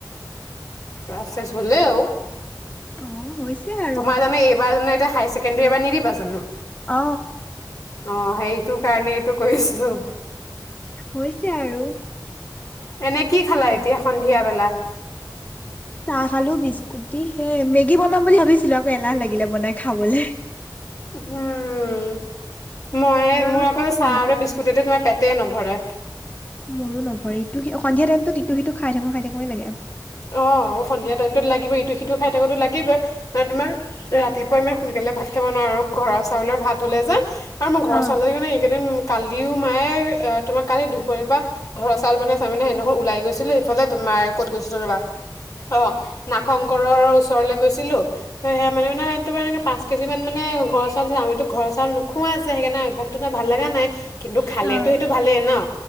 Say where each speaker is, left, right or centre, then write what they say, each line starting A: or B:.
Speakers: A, on the left; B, on the left.
A: ক্লাছ টেষ্ট হ'লেও
B: অ', হৈছে আৰু
A: তোমাৰ জানো এইবাৰ জানো হাইয়াৰ ছেক কিন্তু এইবাৰ নিদিবা জানো।
B: অ,
A: অ সেইটো কাৰণে এইটো কৈছোঁ।
B: হৈছে আৰু
A: এনে কি খালা
B: পঢ়া
A: এতিয়া সন্ধিয়া বেলা?
B: চাহ খালোঁ বিস্কুত দি সে মেগী বনাম বুলি ভাবিছিলোঁ আকৌ এলাহ লাগিলে বনাই খাবলে।
A: উম মই
B: মাহঁতে
A: মই আকৌ
B: কি
A: চাহ
B: কৰিছে?
A: আৰু বিস্কুট মুটতে মানে তোমাৰ পেটে নভৰে।
B: মোৰো নভৰে ইটো সন্ধিয়া টাইমটো ইটো সিটো খাই থাকো খাই থাকোৱে লাগে।
A: অঁ অ সন্ধিয়া টাইমটোত লাগিবই ইটো সিটো খাই থাকিবটো লাগিবই মানে তোমাৰ ৰাতিপুৱা আমি সোনকালে ভাত খাব নোৱাৰো ঘৰৰ চাউলৰ ভাত হলে যে, আৰু মোৰ ঘৰৰ
B: অ',
A: ছোৱালীজনী এইকেইদিন কালিও মায়ে তোমাক কালি দুপৰীৰ পৰা ঘৰ চাউল মানে চাউল মানে এনেকা গৈছিলে এইফালে তোমাৰ ক'ত গৈছিলো ৰবা? অ নাগশংকৰৰ ওচৰলে গৈছিলোঁ? ত সেয়া মানে মানে তোমাৰ এনেকে পাঁচ কেজি মানে ঘৰৰ চাউল আমিটো ঘৰৰ চাউল নোখোৱা যে সেইকাৰণে অভ্যাস ভাল লগা নাই কিন্তু খালেটো
B: অ'।
A: সেইটো ভালেই ন